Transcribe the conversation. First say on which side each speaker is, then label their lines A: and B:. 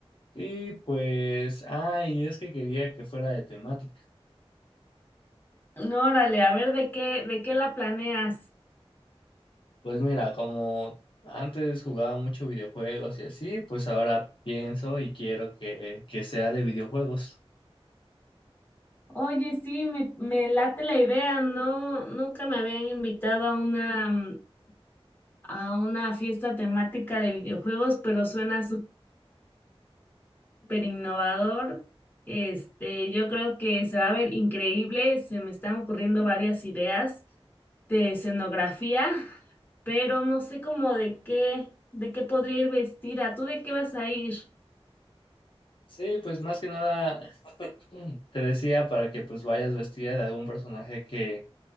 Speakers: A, on the left; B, on the left.
A: Y pues, ay, es que quería que fuera de temática.
B: No, órale, a ver de qué, de qué la planeas.
A: Pues mira, como antes jugaba mucho videojuegos y así, pues ahora pienso y quiero que, que sea de videojuegos.
B: Oye, sí, me, me late la idea, no, nunca me habían invitado a una, mm, a una fiesta temática de videojuegos, pero suena súper innovador. Este, yo creo que se va a ver increíble, se me están ocurriendo varias ideas de escenografía, pero no sé cómo de qué, de qué podría ir vestida. ¿Tú de qué vas a ir?
A: Sí, pues más que nada mm, te decía para que pues vayas vestida de algún personaje que,